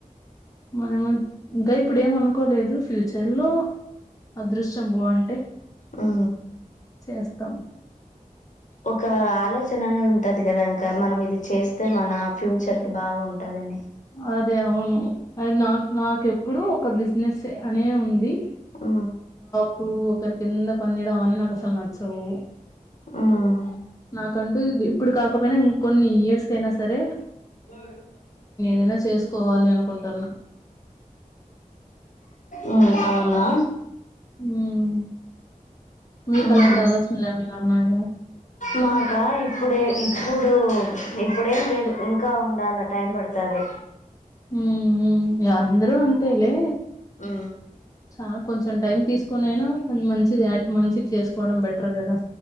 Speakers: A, on the left; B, on the left.
A: మనము ఇంకా ఇప్పుడుఏం అనుకోలేదు ఫ్యూచర్లో అదృష్టం బాగుంటే
B: ఆ
A: చేస్తాం
B: ఒక ఆలోచననేది ఉంటది కదా ఇంకా మనం ఇది చేస్తే మన ఫ్యూచర్ కి బాగుంటదని
A: అదే అవును అది నాకు నాకెప్పుడు ఒక బిజినెస్ అనే ఉంది
B: ఆ
A: ఇప్పుడు ఒకరి కింద పని చేయడం అవన్ని నాకు అసలు నచ్చవు
B: మ్మ్
A: నాకంటూ ఇప్పుడు కాకపోయినా ఇంకొన్ని ఇయర్స్ కయినా సరే సరే
B: అ
A: దైనా చేసుకోవాలి అనుకుంటున్నా
B: మ్మ్ అవునా
A: ఉమ్ మీకు
B: మ్మ్
A: అలాంటి ఆలోచనలు ఏమైనా ఉన్నాయా
B: మాకా ఇప్పుడే ఇప్పుడు ఇప్పుడేం లేదు ఇంకా ఉండాల టైం పడుతది
A: హమ్ మ్ ఇగ అందరూ అంతేలే
B: ఉ
A: చానా కొంచెం టైం తీసుకొని అయినా కొంచం మంచిది యాడ్ మంచిది చేసుకోవడం బెటర్ కదా